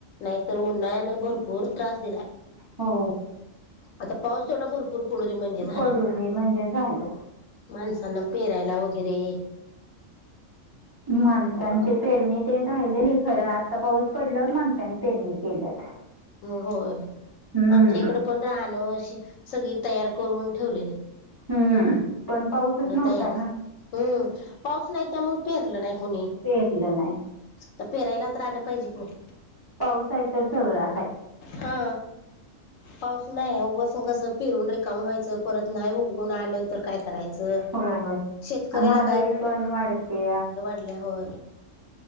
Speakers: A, on the left; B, on the right.
A: नाहीतर उन्हाळ्यानं भरपूर त्रास दिलाय
B: हो
A: आता पाऊस थोडा भरपूर पडून म्हणजे झाला
B: पडू दे म्हणजे झालं
A: मनसन पेरायला हगैरे
B: माणसांची पेरणी ते राहिलेली खरं आता पाऊस पडल्यावर माणसनी पेरणी केल्यात
A: हम् होय
B: हम्म
A: आमच्या इकड पण राहणं अशी सगळी तयार करून ठेवलेली
B: हम्म पण पाऊसच नव्हता
A: तयार
B: ना
A: हम्म पाऊस नाही त्यामुळ पेरलं नाही कोणी
B: पेरलं नाही
A: तर पेरायला तर आले पाहिजे की नाही
B: पाऊस आहे तर सगळा
A: हा पाऊस नाही उगसून कसं पिरून रिकाम व्हायचं परत नाही उघडून आलं तर काय करायचं
B: हो हो
A: शेतकऱ्याला
B: महागाई पण वाढते
A: हो